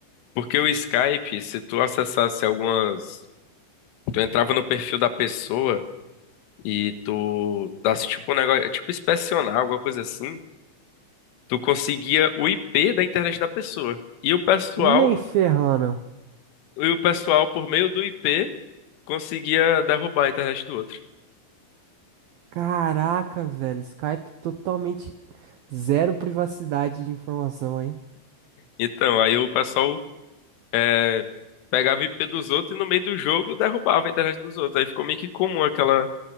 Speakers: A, on the left (about 80°); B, on the right (about 80°).
A: Porque o Skype, se tu acessasse algumas Tu entrava no perfil da pessoa e tu desse tipo um negócio, tipo inspecionar, alguma coisa assim. Tu conseguia o IP da internet da pessoa. E o pessoal,
B: Nem ferrando.
A: e o pessoal por meio do IP conseguia derrubar a internet do outro.
B: Caraca, velho, Skype totalmente zero privacidade de informação, hein?
A: Então, aí o pessoal é, pegava o IP dos outros e no meio do jogo derrubava a internet dos outros. Aí ficou meio que comum aquela,